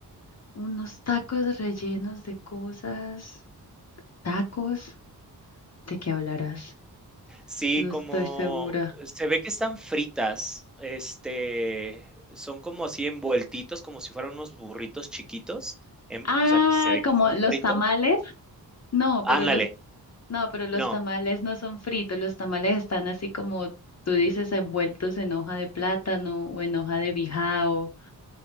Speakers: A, on the left (about 45°); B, in the centre.
A: unos tacos rellenos de cosas, tacos. ¿De qué hablarás?
B: Sí,
A: No
B: como
A: estoy segura.
B: eh, se ve que están fritas, este, son como así envueltitos, como si fueran unos burritos chiquitos, em,
A: Ah,
B: o sea, que se ve
A: como
B: que son
A: los
B: fritos.
A: tamales. No,
B: Ándale,
A: pero los, no, pero los
B: no,
A: tamales no son fritos. Los tamales están así como tú dices, envueltos en hoja de plátano o en hoja de bijao.